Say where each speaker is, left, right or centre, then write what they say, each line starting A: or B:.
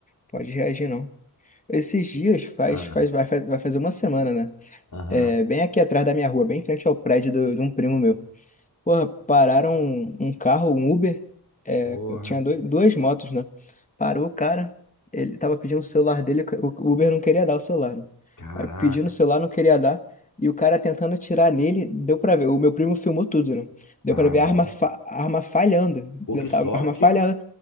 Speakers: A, on the left; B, on the left.
A: pode reagir, não. Esses dias faz,
B: Ah,
A: faz, vai, faz- vai fazer uma semana, né?
B: aham.
A: É, bem aqui atrás da minha rua, bem em frente ao prédio do- de um primo meu. Porra, pararam um, um carro, um Uber. é,
B: Porra.
A: tinha dois, duas motos, né? Parou o cara. Ele tava pedindo o celular dele, o o Uber não queria dar o celular, né?
B: Caraca.
A: Aí pedindo o celular, não queria dar. E o cara tentando atirar nele, deu pra ver. O meu primo filmou tudo, né? Deu
B: Ah,
A: pra ver
B: bom.
A: a arma, fa- a arma falhando.
B: Pô,
A: né?
B: que
A: Tá,
B: sorte,
A: A arma falhando.
B: hein?